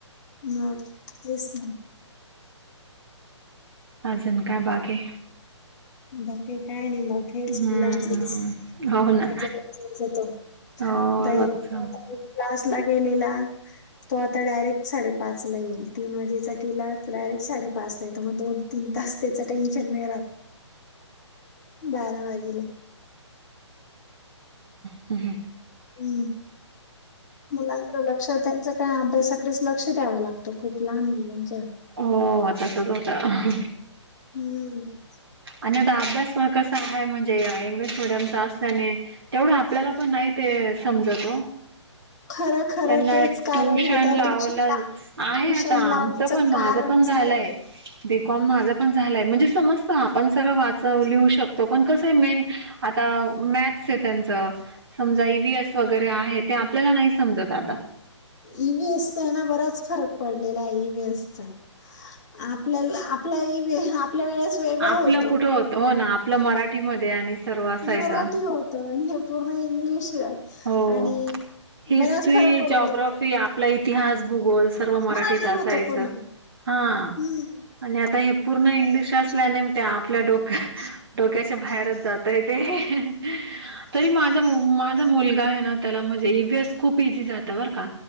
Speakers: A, on the left; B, on the right.
A: म तेच ना.
B: अजून काय बाकी
A: बाकी काय नाही मग हेच
B: हम्म
A: मुलांनाचाच.
B: हो ना
A: <unintelligible>
B: हो रोजच
A: गेलेला तो आता डायरेक्ट साडे पाच ला येईल. तीन वाजेचा केला तर डायरेक्ट साडेपाच ला येतो, मग दोन तीन तास त्याचा टेन्शन नाही राहत. बारा वाजेला
B: हम्म.
A: हम्म मुलांकडे लक्षात त्यांचा काय अभ्यासाकडेच लक्ष द्याव लागतं खूप लहान मुलांच्या.
B: हो तसच होतं.
A: हम्म.
B: आणि आता अभ्यास पण कसा हाय म्हणजे आ इंगलिश मीडिमम तिथं असल्याने तेवढ्या आपल्याला पण नाही ते समजत ओ.
A: खरं खरं
B: त्यांना
A: तेच कारण
B: ट्युशन
A: होतं
B: लावलंच,
A: ट्युशनला
B: आहे
A: ट्युशन
B: आता
A: लावण्याचं
B: आमचं पण माझ
A: कारणच
B: पण जाय
A: ते
B: लय बीकॉम माझं पण झालय म्हणजे समजतं आपण सगळं वाचव लिहू शक तो पण कसं आहे मेन आता मॅथस हाय त्यांचा समजा ईव्हीएस वगैरे आहे त्या आपल्याला नाही समजत आता.
A: ईव्हीएसचा आहे ना बराच फरक पडलेला आहे ईव्हीएस चा. आपल्याला आपला इ वी हा आ पल्या वेळेस वेगळं होतो.
B: आपलं कुठं होत हो ना आपलं मराठीमध्ये आणि सर्व असायचं
A: मराठी होतं आणि हे पूर्ण इंग्लिश.
B: हो
A: आणि
B: हिस्ट्री,
A: बराच फरक पडून
B: जॉग्राफी
A: जातो.
B: आपला इतिहास भूगोल सर्व मराठीत
A: मराठी
B: असायचं.
A: होतं पूर्ण.
B: हा
A: हम्म
B: आणि आता हे पूर्ण इंग्लिश असल्या ने ते आपल्या डोक्या डोक्या. बाहेर च जातय ते हे हे तरी माझा मु माझा मुलगा. आहे ना त्याला म्हणजे ईव्हीएस खूप इझी जात बर का!